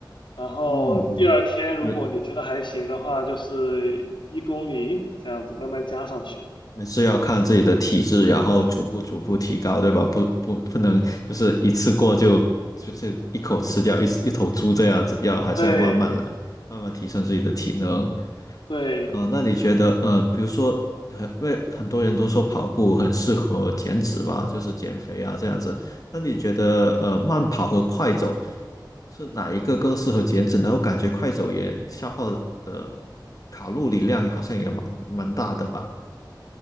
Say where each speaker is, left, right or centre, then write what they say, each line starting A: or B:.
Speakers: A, on the left; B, on the left.
A: 然后第二天如果你觉得还行的话，
B: 嗯嗯，就。
A: 就是一公里这样子慢慢加上去。
B: 还是要看自己的体质，然后逐步逐步提高，对吧？不不不能就是一次过就就是一口吃掉一一头猪这样子，要还是要慢慢来，
A: 对
B: 慢慢提升自己的体能。
A: 对，
B: 啊、那你觉得呃，比如说很，因为很多人都说跑步很适合减脂嘛，就是减肥啊这样子。那你觉得呃，慢跑和快走是哪一个更适合减脂呢？我感觉快走也消耗的卡路里量好像也蛮蛮大的吧。